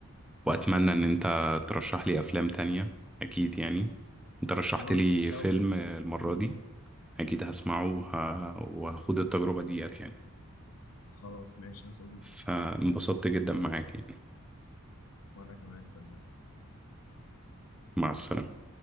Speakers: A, in the centre; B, on the left.
A: واتمنى ان انت ترشح لي افلام تانية اكيد يعني انت رشحت
B: خلاص
A: لي
B: لو
A: فيلم المره
B: م- م.
A: دي اكيد هسمعه وه... وهاخد التجربه ديت يعني
B: خلاص ماشي يا صديقي
A: فانبسطت جدا معاك يعني
B: وانا كمان صدق
A: مع السلامه